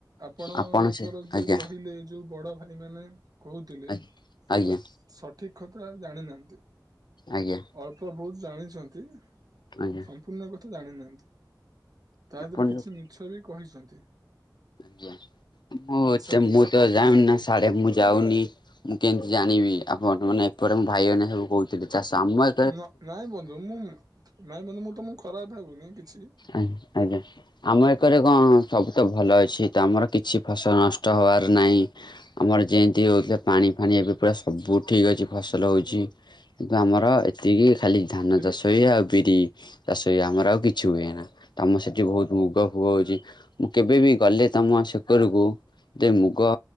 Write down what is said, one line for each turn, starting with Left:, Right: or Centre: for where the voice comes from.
Right: ଆପଣଙ୍କର
Left: ଆପଣ ସେ
Right: ଯୋଉ
Left: ଆଜ୍ଞା
Right: କହିଲେ ଯୋଉ ବଡ ଭାଇ ସେମାନେ କହୁଥିଲେ
Left: ଆଜ୍ଞା
Right: ସେ
Left: ଆଜ୍ଞା
Right: ସଠିକ କଥା ଜାଣିନାହାନ୍ତି।
Left: ଆଜ୍ଞା।
Right: ଅଳ୍ପ ବହୁତ ଜାଣିଛନ୍ତି
Left: ଆଜ୍ଞା
Right: ସମ୍ପୂର୍ଣ୍ଣ କଥା ଜାଣିନାହାନ୍ତି। ତା
Left: ଆପଣ
Right: ଦେହରେ କିଛି
Left: ଯୋଉ
Right: ମିଛ ବି କହିଛନ୍ତି।
Left: ଆଜ୍ଞା ମୁଁ
Right: ଆଚ୍ଛା ବନ୍ଧୁ
Left: ମୁଁ ତ ଜାଣିନା ସାଢ ମୁଁ ଯାଉନି ମୁଁ କେମିତି ଜାଣିବି ଆପଣ ମାନେ ଏପଟେ ମୋ ଭାଇ ଭଉଣୀ ସବୁ କହୁ ଆଛା ଆଛା ସମ
Right: ନ ନାଇଁ ବନ୍ଧୁ ମୁଁ ନାଇଁ ବନ୍ଧୁ ମୁଁ ତ ମୁଁ ଖରାପ ହେବୁନି କିଛି।
Left: ଆ ଆଜ୍ଞା <inaudible> ଆମ ଏକରେ ଗଣ ସବୁ ତ ଭଲ ଅଛି ତ ଆମର କିଛି ଫସଲ ନଷ୍ଟ ହବାର ନାହିଁ। ଆମର ଯେମିତି ହେଉଥିଲା ପାଣି ଫାଣି ଏବେ ପୁରା ସବୁ ଠିକ୍ ଅଛି ଫସଲ ହେଉଛି। କିନ୍ତୁ ଆମର ଏତିକି ଖାଲି ଧାନ
Right: ଏବେ
Left: ଚାଷ ହୁଏ ଆଉ ବିରି ଚାଷ ହୁଏ ଆମର ଆଉ କିଛି କିଛି ହୁଏ ନା ତମ ସେଠି ବହୁତୁ ଗୁଗ ଫୁଗ ହୋଉଛି। ମୁଁ କେବେ ବିି ଗଲେ ତମ ସେକରକୁ। ଯେଉ ମୁଗ